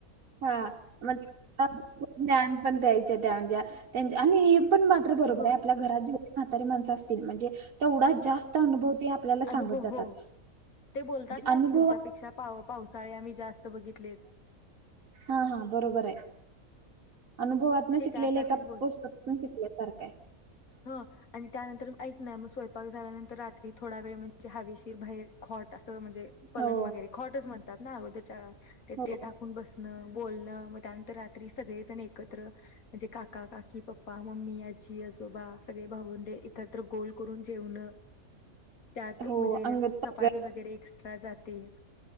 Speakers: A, on the right; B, on the left.
A: हा म्हणजे ज्ञान पण द्यायचं त्या म्हणजे आणि हे पण मात्र बरोबर
B: हो
A: आहे, आपल्या घरात जेवढी माणसं म्हतारी माणसं असतील, म्हणजे तेवढा जास्त अनुभव ते आपल्याला सांगत
B: अनुभव
A: जातात
B: हो ते बोलतात ना
A: अनुभव
B: की तुझ्यापेक्षा पाव पावसाळे आम्ही जास्त बघितलेत
A: हा हा बरोबर आहे. अनुभवातन
B: ते
A: शिकलेल्या
B: त्यासाठीच
A: एका पुस्तकातून शिकल्यासारखं आहे.
B: ह आणि त्यानंतर म ऐक ना मग स्वय झाल्यांतरात थडा वेळ म्हज ज हवेशीर बहीर खोट असं म्हणजे पलंग
A: हो
B: वगैरे खॉटच म्हण ात ना अगोदरच्या ते
A: हो
B: ते टाकून बसणं. बोलणं मग त्यानंतर रात्री सगळेजण एकत्र म्हणजे काका काकी पप्पा मम्मी आजी अजून तव्हा सगळी भावंडे एकत्र गोल करून जेवण. त्यात
A: हो
B: म्हणजे
A: अंगत
B: चपाती
A: पंगत
B: वगैरे जाती